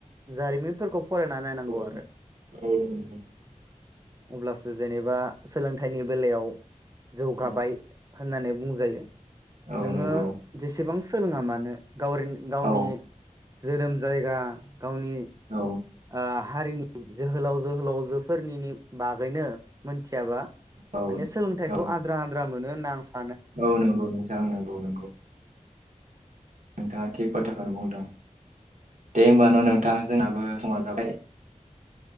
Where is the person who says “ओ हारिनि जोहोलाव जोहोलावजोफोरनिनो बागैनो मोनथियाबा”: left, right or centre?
Right